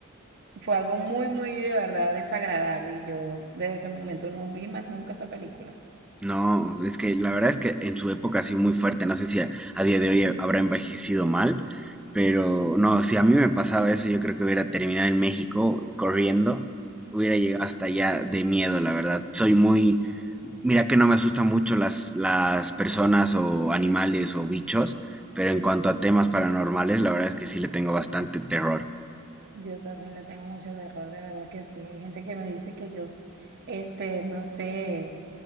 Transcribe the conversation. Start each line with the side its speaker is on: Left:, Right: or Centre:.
Right: fue algo muy, muy de verdad desagradable y yo desde ese momento no vi más nunca esa película.
Centre: no, es que la verdad es que en su época ha sido muy fuerte, no sé si a, a día de hoy habrá envejecido mal, pero no, si a mí me pasaba eso, yo creo que hubiera terminado en México corriendo, hubiera llegado hasta allá de miedo, la verdad. Soy muy, mira que no me asustan mucho las, las personas o animales o bichos, pero en cuanto a temas paranormales, la verdad es que sí le tengo bastante terror.
Right: Yo también le tengo mucho terror, de verdad que sí. Hay gente que me dice que yo, este, no sé,